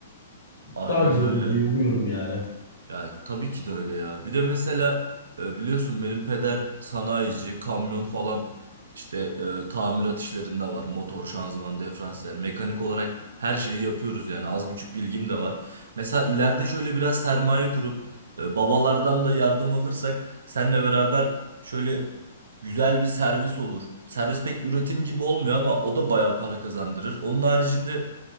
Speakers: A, on the right (about 75°); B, on the left (about 70°).
A: Aynen
B: daha güzel
A: öyle.
B: olur diye umuyorum yani.
A: Yani tabii ki de öyle ya. Bir de mesela e, biliyorsun benim peder sanayici, kamyon falan işte e, tamirat işlerinde var. Motor, şanzıman, diferansiyel, mekanik olarak her şeyi yapıyoruz yani. Az buçuk bilgim de var. Mesela ileride şöyle biraz sermaye kurup e, babalardan da yardım alırsak seninle beraber şöyle güzel bir servis olur. Servis pek üretim gibi olmuyor ama o da bayağı para kazandırır. Onun haricinde